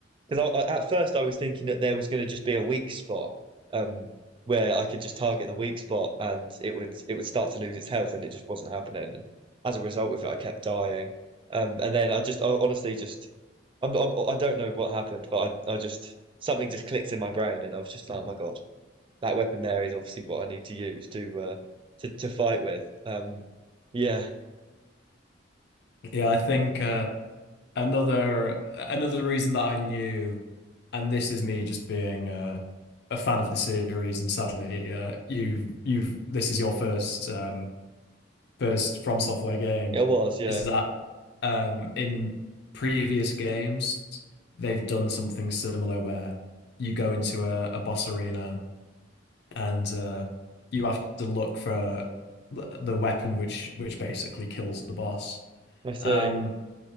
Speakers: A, on the right (about 30°); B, on the left (about 60°).
A: because I, I, at first I was thinking that there was going to just be a weak spot um, where I could just target the weak spot and it would it would start to lose its health, and it just wasn't happening. And as a result of it, I kept dying. Um, and then I just I honestly just I'm, I'm I don't know what happened, but I, I just something just clicked in my brain, and I was just like, oh my God that weapon there is obviously what I need to use to uh, to to fight with. Um, yeah,
B: yeah, I think uh, another another reason that I knew, and this is me just being uh, a fan of the series, and sadly, uh, you you've this is your first um, first From Software game,
A: it was. Yeah,
B: is that um, in previous games they've done something similar where you go into a, a boss arena and uh, you have to look for the weapon which which basically kills the boss.
A: I see.
B: Um,